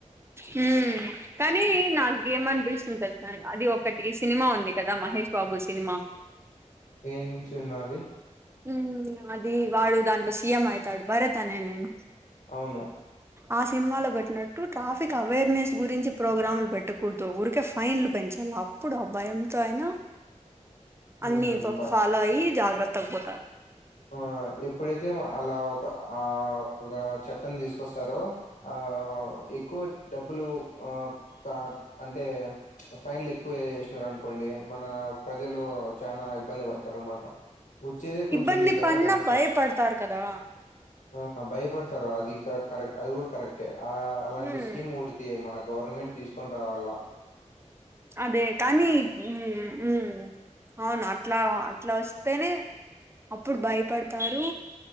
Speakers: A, on the right; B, on the left.
A: మ్ కానీ నా ఏమనిపిస్తుంది తెలుసా, అది ఒకటి సినిమా ఉంది కదా, మహేష్ బాబు సినిమా?
B: ఏం చిన్నది
A: మ్. అది వాడు దాంట్లో సీఎం అయితాడు. భరత్ అనే నేను
B: అవును
A: ఆ సినిమాలో బెట్టినట్ ట్టు ట్రాఫిక్ అవేర్నెస్ గురించి ప్రోగ్రాములు పెట్టకూడదు. ఊరికే ఫైన్లు పెంచల్ల. అప్పుడు ఆ భయం తో అయినా అన్ని
B: ఉమ్, బ
A: ఫాలో అయి, జాగ్రత్తగ పోతారు.
B: ఆ ఎప్పుడైతే అలా ఒక ఆ ఒక చట్టం తీసుకొస్తారు. ఆ ఎ ఎక్కువ డబ్బులు ఆ క అంటే, ఫైన్లు ఎక్కువ ఏ సినార్ అనుకోండి మన ప్రజలు చాన ఇబ్బంది పడతారనమాట వచ్చేదే కొంచెం
A: ఇబ్బంది
B: జీతము.
A: పడినా
B: దాని
A: భయపడతారు కదా!
B: ఆ భయపడతారు. అది కా కరెక్ట్ అది కూడా కరెక్టే. ఆ అలాంటి
A: ఉమ్
B: స్కీమ్ ఒడితే మనక్ గవర్నమెంట్ తీసుకొని రావల్ల.
A: అదే కానీ, మ్ మ్ అవును అట్లా, అట్ల వస్తేనే, అప్పుడు భయపడతారు.